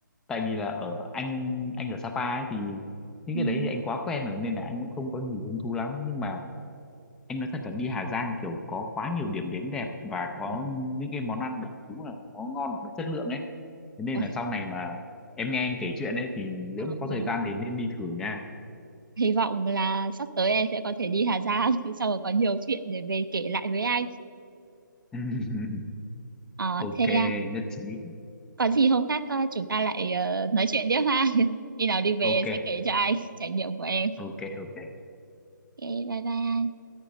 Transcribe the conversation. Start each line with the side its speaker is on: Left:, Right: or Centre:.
Centre: tại vì là ở anh anh ở Sapa ấy thì những
Right: Ừ.
Centre: cái
Right: Ừ.
Centre: đấy thì anh quá quen rồi nên là anh cũng không có gì hứng thú lắm nhưng mà anh nói thật là đi Hà Giang kiểu có quá nhiều điểm đến đẹp và có
Right: Ừ.
Centre: những cái món ăn mà đúng là nó ngon và nó chất lượng ấy thế nên
Right: Ôi,
Centre: là sau này mà em nghe anh kể chuyện ấy thì nếu
Right: ờ,
Centre: mà có
Right: ờ.
Centre: thời gian thì nên đi thử nha
Right: Hy vọng là sắp tới em sẽ có thể đi Hà Giang <laughs> thì sau rồi có nhiều chuyện để về kể lại với anh.
Centre: <laughs>
Right: Ờ,
Centre: ok
Right: thế à,
Centre: nhất trí
Right: còn gì hôm khác ờ, chúng ta lại ờ, nói chuyện tiếp ha. <laughs> Khi nào đi về em
Centre: ok
Right: sẽ kể cho anh trải nghiệm của em.
Centre: ok ok
Right: Ok, bye bye anh.